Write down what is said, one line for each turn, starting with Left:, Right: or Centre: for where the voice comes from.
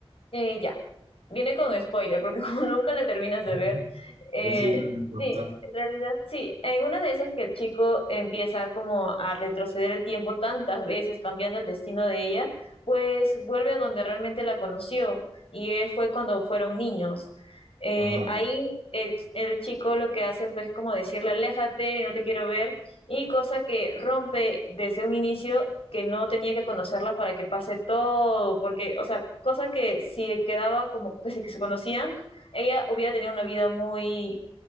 Left: Eh, ya, viene con spoiler, porque <laughs> como nunca la terminas de
Right: <laughs>
Left: ver, eh,
Right: Es decir, no me importa.
Left: sí, en realidad sí, en una de esas que el chico empieza como a retroceder el tiempo tantas veces, cambiando el destino de ella, pues vuelve a donde realmente la conoció, y eh, fue cuando fueron niños. Eh,
Right: Ajá,
Left: ahí el, el chico lo que hace fue como decirle, aléjate, no te quiero ver, y cosa que rompe desde un inicio que no tenía que conocerla para que pase todo, porque, o sea, cosa que si quedaba como que si se conocían, ella hubiera tenido una vida muy,